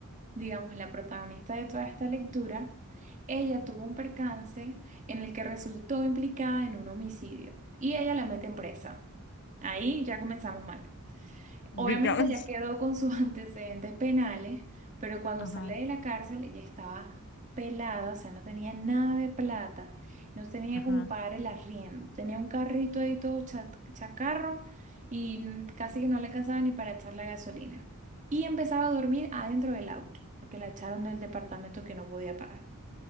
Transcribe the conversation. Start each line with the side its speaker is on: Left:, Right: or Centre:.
Right: digamos, la protagonista de toda esta lectura, ella tuvo un percance en el que resultó implicada en un homicidio y ella la meten presa. Ahí ya comenzamos mal.
Left: digamos.
Right: Obviamente ya quedó con sus <laughs> antecedentes penales, pero cuando
Left: Ajá.
Right: sale de la cárcel ya estaba pelada, o sea, no tenía nada de plata, no tenía
Left: Ajá.
Right: como pagar el arriendo, tenía un carrito ahí todo cha- chacarro y casi que no le alcanzaba ni para echar la gasolina. Y empezaba a dormir adentro del auto, porque la echaron del departamento que no podía pagar.